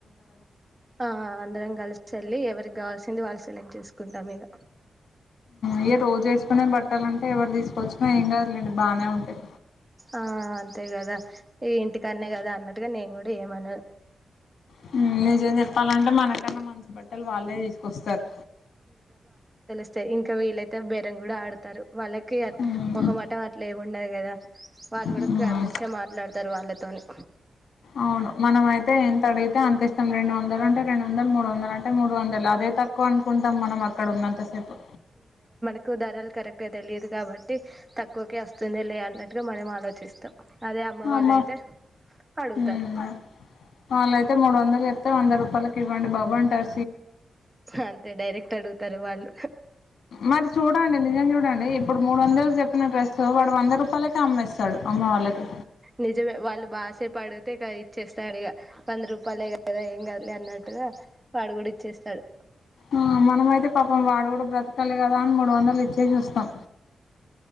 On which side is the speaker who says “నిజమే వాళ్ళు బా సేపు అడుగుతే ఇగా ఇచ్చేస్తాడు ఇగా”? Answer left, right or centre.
Right